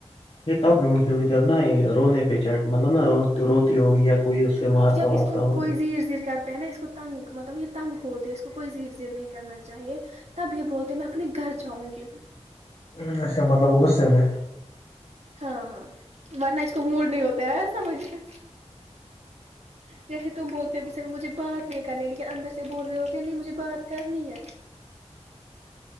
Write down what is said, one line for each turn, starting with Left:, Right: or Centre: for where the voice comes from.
Left: یہ تب ڈھونڈ کے ہو جب نہا یہ رونے پیچٹ مطلب نہا ر روتی ہو گی یا کوئی سے مارتا
Right: جب
Left: وارتا
Right: اس
Left: ہوگا
Right: کوئی زیر زیر کرتے ہیں نا اس کو تنگ مطلب یہ تنگ ہوتی ہے اس کو کوئی زیر زیر نہیں کرنا چاہیے تب یہ بولتے میں اپنے گھر جاؤں گی
Left: ہو اچھا مطلب وہ غصے میں
Right: ہاں ہاں ورنہ اس کو موڈ نہیں ہوتا ہے سمجھ کے جیسے تم بولتے غصے میں مجھے بات نہیں کرنی لیکن اندر سے بول رہے ہوتے ہیں نہیں مجھے بات کرنی ہے